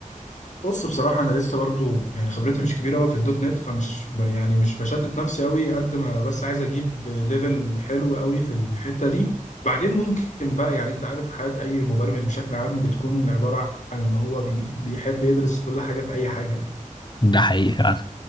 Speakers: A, on the left; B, on the left.
A: بص بصراحة أنا لسه برضو يعني خبرتي مش كبيرة أوي في الدوت نت فمش ب- يعني مش بشتت نفسي أوي قد ما بس عايز أجيب ليفل حلو أوي في الحتة دي بعدين ممكن بقى يعني أنت عارف حياة أي مبرمج بشكل عام بتكون عبارة عن إن هو بي <laughs> بيحب يدرس كل حاجة في أي حاجة
B: ده حقيقي فعلا